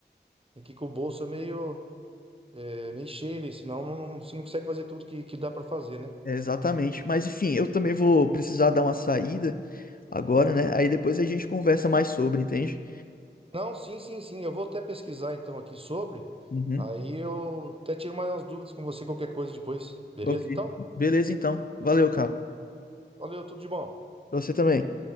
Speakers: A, on the right (about 30°); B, on the left (about 50°).
A: tem que ir com o bolso meio É, mexer ele, senão não, não- você não consegue fazer tudo que, que dá para fazer, né?
B: é exatamente. Mas enfim, eu também vou precisar dar uma saída agora, né? Aí depois a gente conversa mais sobre, entende?
A: Não, sim, sim, sim. Eu vou até pesquisar então aqui sobre.
B: Uhum.
A: Aí eu até tiro mais umas dúvidas com você, qualquer coisa depois. Beleza,
B: Ok.
A: então?
B: Beleza, então. Valeu, cara.
A: Valeu, tudo de bom.
B: Pra você também.